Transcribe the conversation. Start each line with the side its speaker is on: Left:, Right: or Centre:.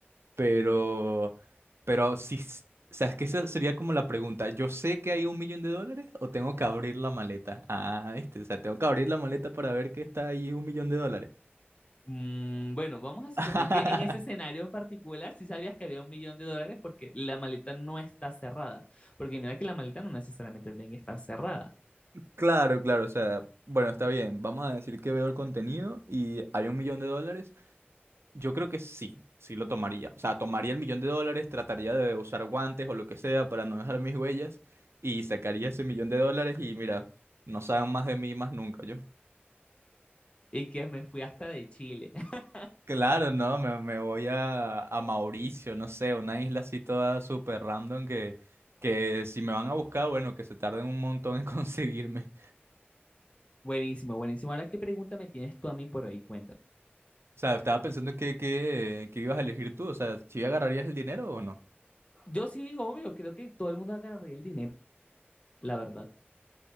Right: pero, pero si, s- o sea, es que esa sería como la pregunta, ¿yo sé que hay un millón de dólares o tengo que abrir la maleta? Ah, este, o sea, tengo que abrir la maleta para ver que está ahí un millón de dólares.
Left: Mm, bueno, vamos a suponer
Right: <laughs>
Left: que en ese escenario en particular sí sabías que había un millón de dólares porque la maleta no está cerrada. Porque mira que la maleta no necesariamente tiene que estar cerrada.
Right: Claro, claro, o sea, bueno, está bien, vamos a decir que veo el contenido y hay un millón de dólares. Yo creo que sí, sí lo tomaría. O sea, tomaría el millón de dólares, trataría de usar guantes o lo que sea para no dejar mis huellas y sacaría ese millón de dólares y mira, no saben más de mí más nunca yo.
Left: Y que me fui hasta de Chile. <laughs>
Right: Claro, no, me, me voy a, a Mauricio, no sé, una isla así toda súper random que, que si me van a buscar, bueno, que se tarden un montón en <laughs> conseguirme.
Left: Buenísimo, buenísimo. Ahora, ¿qué pregunta me tienes tú a mí por ahí? Cuenta.
Right: O sea, estaba pensando que, que, que ibas a elegir tú, o sea, si agarrarías el dinero o no.
Left: Yo sí, obvio, creo que todo el mundo agarraría el dinero, la verdad.